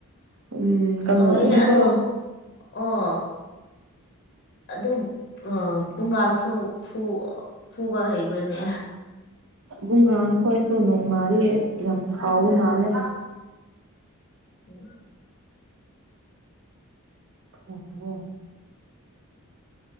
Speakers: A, on the right (about 60°); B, on the left (about 45°).
A: ꯎꯝ ꯀꯥꯡꯉꯣꯝꯗꯀꯣ
B: ꯑꯣꯏ ꯑꯗꯣ ꯑꯣ ꯑꯗꯨ ꯑ ꯄꯨꯡꯒꯥꯟꯁꯨ ꯐꯨ ꯐꯨꯕ ꯍꯩꯕ꯭ꯔꯅꯦ
A: ꯕꯨꯡꯒꯥꯥꯟ ꯈꯣꯏꯁꯨ ꯅꯣꯡꯃꯥꯗꯤ ꯌꯥꯝ ꯁꯥꯎꯕ ꯃꯥꯜꯂꯦ
B: ꯎꯝ
A: <unintelligible>